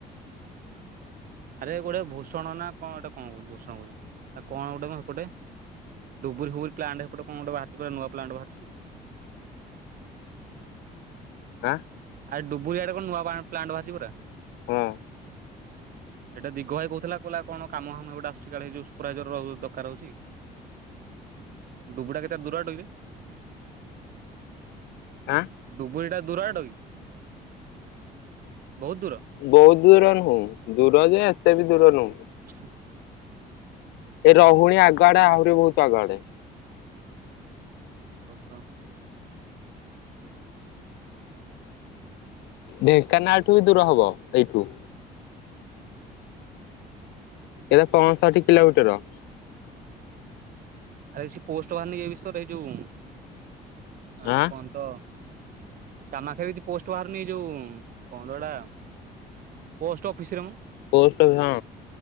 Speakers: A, on the right (about 55°); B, on the left (about 85°).
A: ଆରେ ଗୋଟେ ଭୂଷଣ ନା କଣ ଗଟେ କଣ କହୁଛି ଭୂଷଣ କହୁଛି ଆ କଣ ଗୋଟେ ଗୋଟେ ଡବଲ ହୁଗୁଲ ପ୍ଲାଣ୍ଟ ଏପଟ କଣ ଗୋଟେ ବାହାରଛି ପୁରା ନୂଆ ପ୍ଲାଣ୍ଟ ବାହାରଛି।
B: ଆଁ
A: ଆ ଡୁବୁଆଡ ର କଣ ନୂଆ ପ୍ଲାଣ୍ଟ ବାହାରିଛି ପରା।
B: ହଁ
A: ଏଇଟା ଦିଗ ଭାଇ କହୁଥିଲା କହିଲ କଣ କାମ ହାମ ଏଗୁଡା ଆସଛି କାଳେ ଯଉ ସୁପରାଇଜର ଦରକାର ହଉଛି। ଡୁବୁଡା କେତେଳେ ଦୂର ଡୋଇବେ
B: ଆଁ
A: ଡୁବରି ଟା ଦୁରବାଟ କି। ବହୁତ ଦୂର।
B: ବହୁତ ଦୂର ନୁହଁ ଦୂର ଯେ ଏତେ ବି ଦୂର ନୁଁହ।
A: <inaudible>
B: ଏ ରହୁଣୀ ଆଗ ଆଡେ ଆହୁରି ବହୁତ ଆଗଆଡେ।
A: ଓହ
B: ଢେଙ୍କାନାଳଠୁ ବି ଦୂର ହବ ଏଇଠୁ। ଏତ ପଞ୍ଚଷଠି କିଲୋମିଟର।
A: ଆ କି ପୋଷ୍ଟ ବାହରିନି କି ଏ ବିଷୟରେ ଇଯୋଉ ଆ
B: ଆଁ
A: କଣ ତ କାମଖ୍ୟା ରେ କିଛି ପୋଷ୍ଟ ବାହାରୁନି ଯୋଉ କଣ ଦଟା ପୋଷ୍ଟ ଅଫିସରେ ମ।
B: ପୋଷ୍ଟ ଆଫି ହଁ।